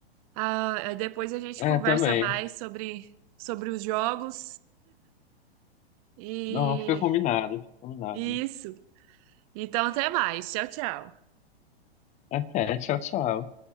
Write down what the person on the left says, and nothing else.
É,
também.
Não, fica combinado, fica combinado.
Até, tchau, tchau.